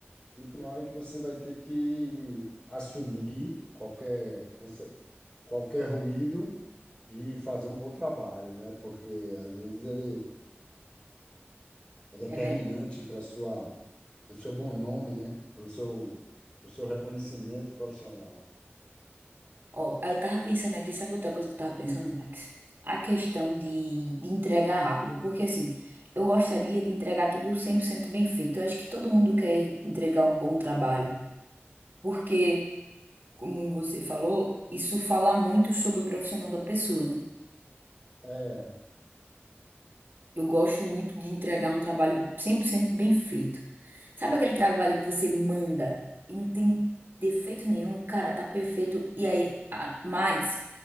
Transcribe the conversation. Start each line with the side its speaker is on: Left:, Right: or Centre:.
Left: E tem hora que você vai ter que assumir qualquer, você- qualquer ruído e fazer um bom trabalho, né? Porque às vezes ele é determinante
Right: É verdade.
Left: para sua, para o seu bom nome, né? Para o seu, para o seu reconhecimento profissional.
Right: Ó, eu tava pensando aqui, sabe outra coisa que eu tava pensando, Alex? A questão de, de entregar rápido. Porque assim, eu gostaria de entregar tudo 100% bem feito. Eu acho que todo mundo quer entregar um bom trabalho. Porque, como você falou, isso fala muito sobre o profissional da pessoa, né?
Left: É, é,
Right: Eu gosto muito de entregar um trabalho 100% bem feito. Sabe aquele trabalho que você manda e não tem defeito nenhum, cara, tá perfeito. E aí, a- mais,